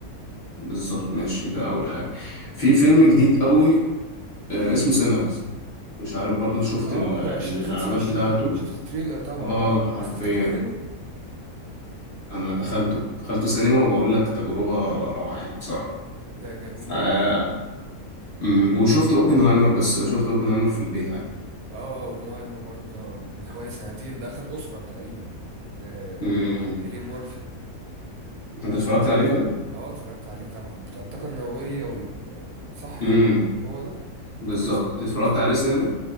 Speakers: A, on the left; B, on the right.
A: بالظبط ماشي ده اول حاجه في فيلم جديد قوي آه، اسمه سينرز مش عارف برضه شفت
B: أه
A: ال-
B: ده
A: ال-
B: عشرين
A: الاعلانات
B: خمسة وعشرين
A: بتاعته
B: شفت تريلر طبعا
A: اه
B: أه
A: حرفيا
B: بس تفتكر حلو
A: انا دخلته دخلته سينما وبقول لك تجربه روعه يعني بصراحه
B: ده جميل
A: آه،
B: أوي
A: امم وشفت اوبنهايمر بس شفت اوبنهايمر في البيت عادي
B: أه اوبنهايمر برضه ده من حوالي سنتين ده أخد أوسكار تقريبا ل
A: امم
B: كيليان مورفي
A: انت اتفرجت عليه طيب
B: اه اتفرجت عليه طبعا بتاع الطاقة النووية وال صح
A: امم
B: كده هو ده
A: بالظبط
B: كريست كريست
A: اتفرجت عليه سينما